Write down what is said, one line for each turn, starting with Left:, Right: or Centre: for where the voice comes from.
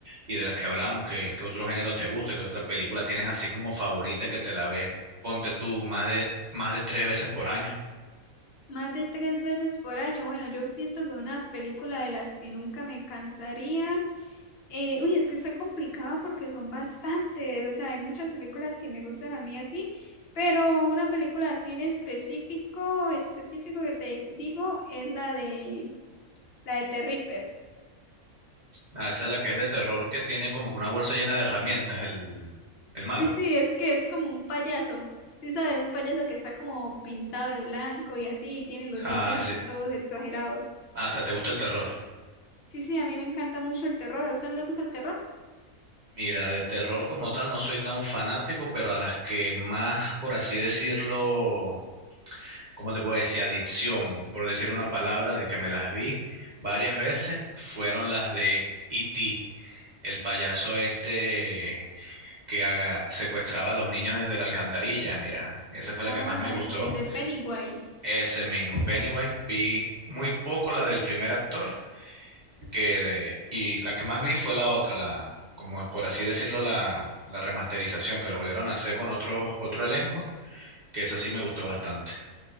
Right: y de las que hablamos, ¿qué, qué otro género te gusta? ¿Qué otra película tienes así como favorita que te la ves, ponte tú, más de, más de tres veces por año?
Left: Más de tres veces por año. Bueno, yo siento que una película de las que nunca me cansaría. eh, uy, es que está complicado porque son bastantes. O sea, hay muchas películas que me gustan a mí así, pero una película así en específico, específico que te digo, es la de la de Terrifier.
Right: Ah, esa es la que es de terror, que tiene como que una bolsa llena de herramientas, el, el
Left: Sí,
Right: malo.
Left: sí, es que es como un payaso. Sí, sabes, un payaso que está como pintado de blanco y así, y tiene los
Right: Ah,
Left: dientes así
Right: sí.
Left: todos exagerados.
Right: Ah, o sea, ¿te gusta el terror?
Left: Sí, sí, a mí me encanta mucho el terror. ¿A usted no le gusta el terror?
Right: Mira, de terror como tal no soy tan fanático, pero a las que más, por así decirlo ¿cómo te puedo decir? Adicción, por decir una palabra, de que me las vi varias veces, fueron las de E.T., el payaso este que haga- secuestraba a los niños desde la alcantarilla. Mira, esa fue
Left: Ah,
Right: la que más me gustó.
Left: el el de Pennywise.
Right: Ese mismo, Pennywise, vi muy poco la del primer actor, que, y la que más vi fue la otra, la, como es por así decirlo, la, la remasterización, que la volvieron a hacer con otro, otro elenco, que esa sí me gustó bastante.